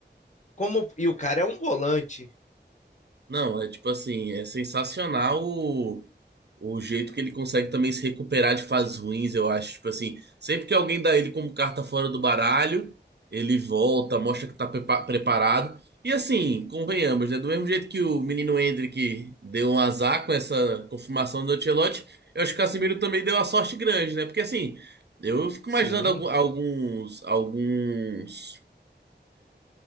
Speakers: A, on the left; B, on the right.
A: Como, e o cara é um volante.
B: Não, é tipo assim, é sensacional o, o jeito que ele consegue também se recuperar de fases ruins, eu acho. Tipo assim, sempre que alguém dá ele como carta fora do baralho, ele volta, mostra que tá prepa- preparado. E assim, convenhamos, né? Do mesmo jeito que o menino Endrick deu um azar com essa confirmação do Ancelotti, eu acho que o Casemiro também deu uma sorte grande, né? Porque assim, eu fico
A: Sim.
B: imaginando algu- alguns, alguns